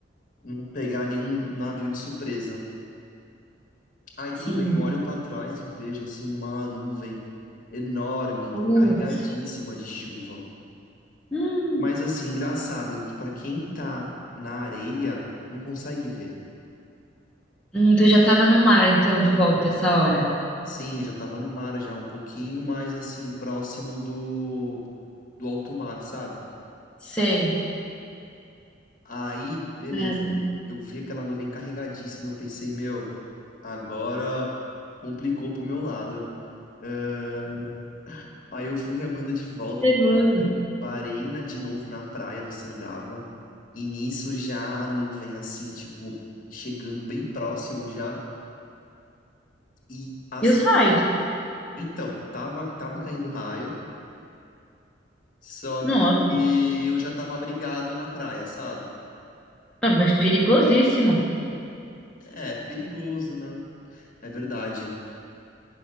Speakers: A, on the left; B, in the centre.
A: não pegar nenhum navio de surpresa. Aí
B: Sim.
A: tudo bem, eu olho para trás e vejo assim uma nuvem enorme,
B: Putz.
A: carregadíssima de chuva.
B: Hum.
A: Mas assim, engraçado que para quem tá na areia, não consegue ver.
B: Hum, tu já tava no mar, então, de volta essa hora.
A: Sim, já tava no mar já um pouquinho, mas assim, próximo do do alto mar, sabe?
B: Sei.
A: Aí, beleza.
B: Cara,
A: Eu vi aquela nuvem carregadíssima. Eu pensei, meu, agora complicou pro meu lado. Ah, aí eu fui remando de volta
B: nervoso.
A: um pouquinho. Parei na, de novo na praia do Sangava. E nisso já a nuvem, assim, tipo, chegando bem próximo já. E assim,
B: E os raios?
A: então, tava, tava caindo raio. Só
B: Nossa,
A: que eu já tava abrigado na praia, sabe?
B: ah, mas perigosíssimo.
A: É, perigoso, né? É verdade.